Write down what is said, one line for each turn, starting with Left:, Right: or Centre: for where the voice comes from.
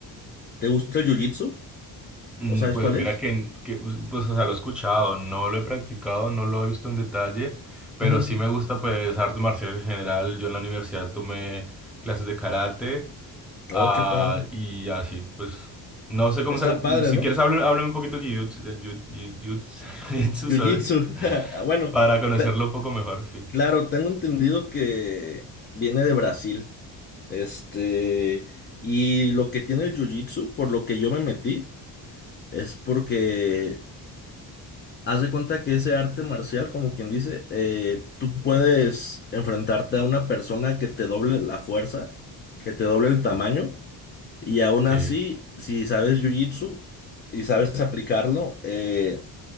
Left: ¿Te gusta el jiu-jitsu?
Centre: Mm,
Left: ¿O sabes
Centre: Pues
Left: cuál
Centre: mira
Left: es?
Centre: que, que, pues, o sea, lo he escuchado, no lo he practicado, no lo he visto en detalle, pero
Left: Ujú.
Centre: sí me gusta, pues, artes marciales en general. Yo en la universidad tomé clases de karate Ah,
Left: Oh, qué padre.
Centre: y así, pues no sé cómo.
Left: Está
Centre: sa-
Left: padre,
Centre: Si
Left: ¿no?
Centre: quieres, háblame, háblame un poquito del jiu- del jiu- jiu- jiu- <laughs> jiu-jitsu,
Left: Jiu-jitsu.
Centre: sorry,
Left: <laughs> Bueno,
Centre: para conocerlo
Left: te-
Centre: un poco mejor, sí.
Left: claro, tengo entendido que viene de Brasil. Este, y lo que tiene el jiu-jitsu, por lo que yo me metí, es porque haz de cuenta que ese arte marcial, como quien dice, eh, tú puedes enfrentarte a una persona que te doble la fuerza, que te doble el tamaño, y aún así,
Centre: Sí.
Left: si sabes jiu-jitsu y sabes aplicarlo, eh,